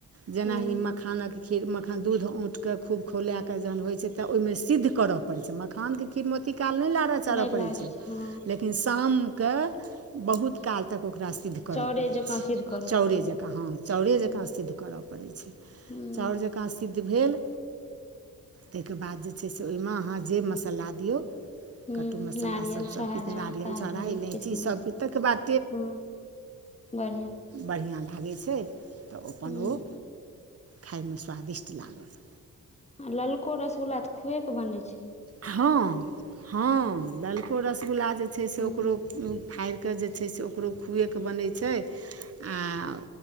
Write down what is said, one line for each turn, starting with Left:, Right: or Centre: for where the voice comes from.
Left: हूँ
Right: जैना हि मखानक खीर मखान दूध ओटके खूब खौला कऽ जहन होइ छै तऽ ओ। मे सिद्ध करऽ पड़ै छै मखानके खीर म ओती काल नैय लारह चारह
Left: नै
Right: परै
Left: लागै
Right: छैय।
Left: छै हँ
Right: लेकिन शामके बहुत काल तक ओकरा। सिद्ध करऽ
Left: चाउरे
Right: पड़ै छैय
Left: जकाँ सिद्ध करऽ
Right: चाउरे
Left: पड़तै तऽ
Right: जकाँ हँ चाउरे
Left: हूँ
Right: जकाँ सिद्ध करऽ। पड़ै छै
Left: हूँ
Right: चाउर जकाँ सिद्ध भेल। ताके बाद जे छैय से ओमे अहाँ जे मसाला दियौ।
Left: हु
Right: कट्टू मसल्ला
Left: नारियल
Right: सभ सभकिछु
Left: छोहारा
Right: नारियल
Left: काजू
Right: छोड़ा इलाइची
Left: किशमिश
Right: सभकिछु ताहिके बाद
Left: हु। बढ़िआँ
Right: बढ़िया लागै छै तऽ अपन
Left: हूँ
Right: ओ खाइमे स्वादिष्ट लागत।
Left: आ ललको रसगुल्ला तऽ खुएकेऽ बनै छैय।
Right: हँ हँ ललको रसगुल्ला जै छै से
Left: हूँ
Right: ओकरो। दूध फाड़ि कऽ जे छैय से ओकरो खुएके बनै छै आ।